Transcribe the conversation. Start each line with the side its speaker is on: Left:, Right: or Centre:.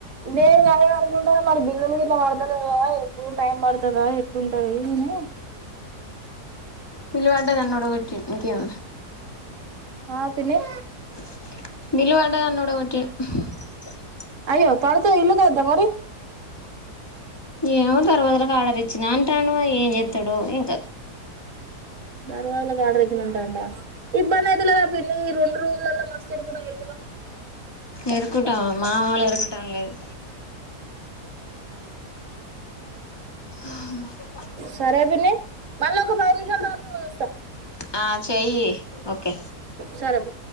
Right: నేను కాద అనుకుంటాను మరి బిల్లులు ఇట్లా పడతలేదా ఎప్పుడు టైం పడుతుందా ఎట్లుంటది అని
Left: పిలువాట తన్నోటట్టి ఇంకేం ఉంది
Right: ఆ పిన్ని
Left: <unintelligible>
Right: అయ్యో తాడుతో ఇల్లు కా అద్దా మరి
Left: ఏము పరువదులలకు ఆర్డర్ ఇచ్చిన అంటాండు మరి ఏం చేత్తడో ఇంకా
Right: దర్వాజలకి ఆర్డర్ ఇచ్చి ఉంటాండం ఇబ్బంది అయితులేదా పిన్ని ఈ రెండు రూమ్లలో మస్త్ ఇరకడం ఇరకడం
Left: ఇరుకుటాం మామూలు ఇరుకుటం లేదు న్నా <unintelligible>
Right: సరే బిన్ని మళ్ళీ ఒక పది నిమిషాలు తర్వాత వస్తా
Left: ఆ చెయి ఓకే
Right: సారా త్